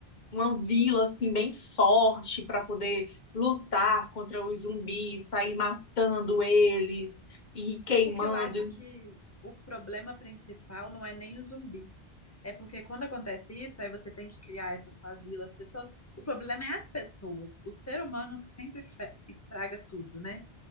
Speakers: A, on the left; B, on the left.
A: uma vila assim bem forte para poder lutar contra os zumbis, sair matando eles e queimando
B: É porque eu acho que o problema principal não é nem o zumbi. É porque quando acontece isso, aí você tem que criar essa favela, as pessoas. O problema é as pessoas. O ser humano que sempre fe- estraga tudo, né?